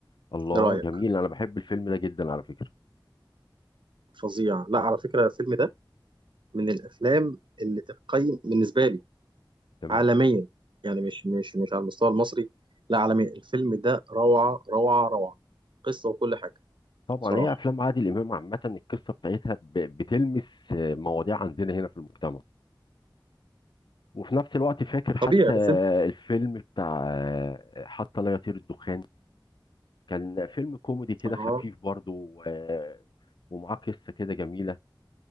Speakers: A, on the left (about 65°); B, on the right (about 75°).
A: الله
B: ايه رأيك
A: جميل انا بحب الفيلم ده جدا على فكره
B: فظيع لا على فكرة الفيلم ده من الافلام اللي تقيم بالنسبة لي
A: تمام
B: عالميا يعني مش مش مش على المستوى المصري لا عالميا الفيلم ده روعة روعة روعة قصة وكل حاجة
A: طبعا
B: بصراحة
A: هي افلام عادل امام عامه القصه بتاعتها ب... بتلمس آه، مواضيع عندنا هنا في المجتمع وفي نفس الوقت فاكر حتى
B: طبيعي بس انت
A: الفيلم بتاع حتى لا يطير الدخان كان فيلم كوميدي كده
B: اه
A: خفيف برضه و- ومعاه قصة كده جميلة